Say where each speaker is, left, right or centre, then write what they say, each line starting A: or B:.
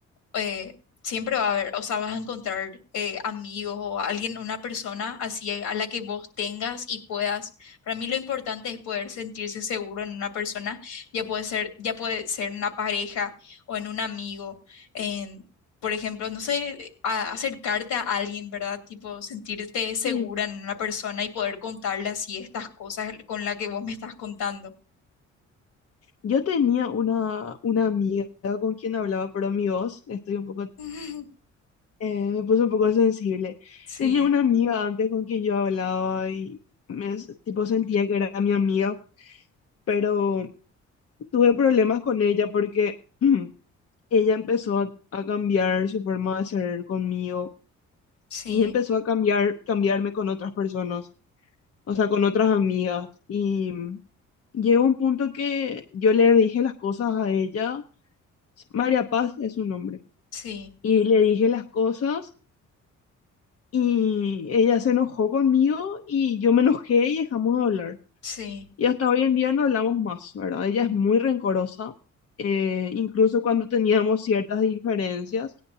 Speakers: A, on the left (about 75°); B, on the left (about 50°).
A: eh, siempre va a haber, o sea, vas a encontrar eh, amigos o alguien, una persona así a la que vos tengas y puedas. Para mí lo importante es poder sentirse seguro en una persona, ya puede ser, ya puede ser en una pareja o en un amigo, en, por ejemplo, no sé, a- acercarte a alguien, ¿verdad? Tipo, sentirte segura
B: Sí,
A: en una persona y poder contarle así estas cosas con las que vos me estás contando.
B: yo tenía una, una amiga con quien hablaba, pero mi voz, estoy un poco
A: <laughs>
B: eh, me puse un poco sensible.
A: Sí,
B: Tenía una amiga antes con quien yo hablaba y me s- tipo sentía que era mi amiga, pero tuve problemas con ella porque <clears throat> ella empezó a, a cambiar su forma de ser conmigo
A: sí,
B: y empezó a cambiar, cambiarme con otras personas, o sea, con otras amigas. Y mm, llegó un punto que yo le dije las cosas a ella, María Paz es su nombre,
A: sí,
B: y le dije las cosas. Y ella se enojó conmigo y yo me enojé y dejamos de hablar.
A: sí,
B: Y hasta hoy en día no hablamos más, ¿verdad? Ella es muy rencorosa. eh, incluso cuando teníamos ciertas diferencias,